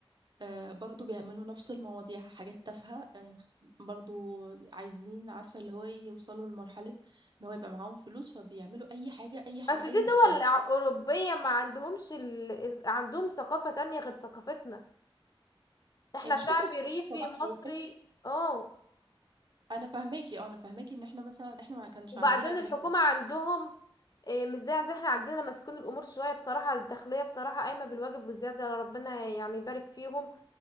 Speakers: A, on the right; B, on the left.
A: آه برضو بيعملوا نفس المواضيع حاجات تافهة آه برضو عايزين عارفة اللي هو إيه، يوصلوا لمرحلة إن هو يبقى معاهم فلوس فبيعملوا أي حاجة أي حاجة
B: بس دي
A: أي محتوى
B: دول ع- اوروبية ما عندهمش ال... عندهم ثقافة تانية غير ثقافتنا احنا
A: هي مش
B: شعب
A: فكرة
B: ريفي
A: ثقافة بقى
B: مصري
A: هي فكرة
B: اه
A: أنا فاهماكي أه أنا فاهماكي إن إحنا مثلا إحنا ما كانش
B: وبعدين
A: عندنا الحتة
B: الحكومة
A: دي.
B: عندهم إيه، مش زي عندنا احنا عندنا مسكون الأمور شوية بصراحة الداخلية بصراحة قايمة بالواجب والزيادة ربنا يعني يبارك فيهم